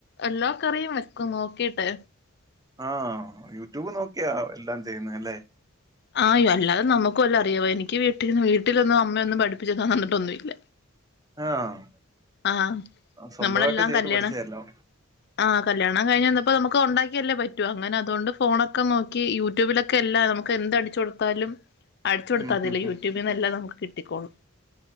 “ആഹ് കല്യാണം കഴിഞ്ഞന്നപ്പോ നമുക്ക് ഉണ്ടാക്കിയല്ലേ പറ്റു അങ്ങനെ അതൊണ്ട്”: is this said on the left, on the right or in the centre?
Left